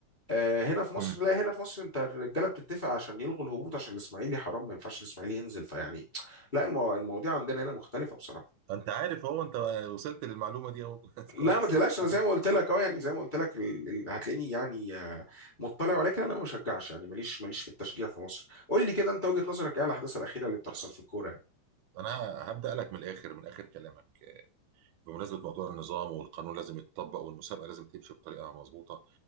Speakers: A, on the left; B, on the right.
A: آه هنا في مصر
B: م.
A: لا هنا في مصر انت الرجاله بتتفق عشان يلغوا الهبوط عشان الاسماعيلي حرام ما ينفعش الاسماعيلي ينزل فيعني لا المو... المواضيع عندنا هنا مختلفه بصراحه
B: انت عارف هو انت وصلت للمعلومه دي اهو <laughs>
A: لا
B: كويس
A: ما تقلقش
B: انك
A: انا
B: عارف
A: زي ما قلت لك اه يعني زي ما قلت لك ال... ال- هتلاقيني يعني آه، مطلع ولكن انا ما بشجعش يعني ماليش ماليش في التشجيع في مصر قول لي كده انت وجهه نظرك ايه على الاحداث الاخيره اللي بتحصل
B: بص
A: في الكوره يعني
B: انا هبدا لك من الاخر من اخر كلامك بمناسبه موضوع النظام والقانون لازم يتطبق والمسابقه لازم تمشي بطريقه مظبوطه